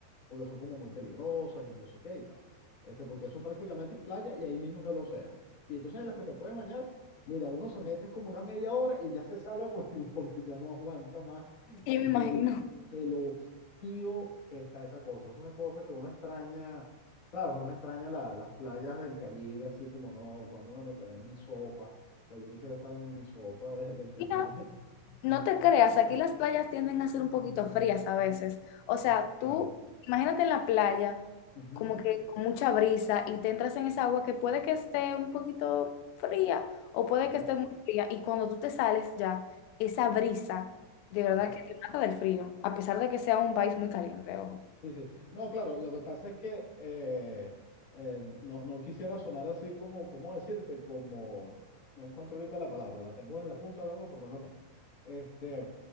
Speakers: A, on the left (about 60°); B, on the left (about 90°).
A: porque son como muy peligrosas, yo no sé qué y tal. Este, porque eso prácticamente es playa y ahí mismo está el océano. Y entonces en las que te puedes bañar, mira, uno se mete es como una media hora y ya se sale por- <laughs> porque ya no aguanta más
B: yo
A: del,
B: me imagino.
A: de lo frío que está esa cosa. Es una cosa que uno extraña, ¿sabes? Uno extraña la- las playas del Caribe, así como no, cuando me meteré en mi sopa o sea, yo quisiera estar en mi sopa desde el Caribe.
B: Mira,
A: <laughs>
B: No te creas, aquí las playas tienden a ser un poquito frías a veces. O sea,
A: Claro.
B: tú imagínate en la playa,
A: Ujú,
B: como que con mucha brisa y te entras en esa agua que puede que esté un poquito fría o puede
A: Ya,
B: que esté muy fría. Y cuando tú te sales ya, esa brisa, de
A: ajá.
B: verdad que te mata del frío, a pesar de que sea un país muy caliente, ojo.
A: Sí, sí. No, claro, lo que pasa es que eh, eh, no, no quisiera sonar así como, ¿cómo decirte? Como, no encuentro ahorita la palabra, la tengo en la punta del la lengua, pero no la tengo. Este,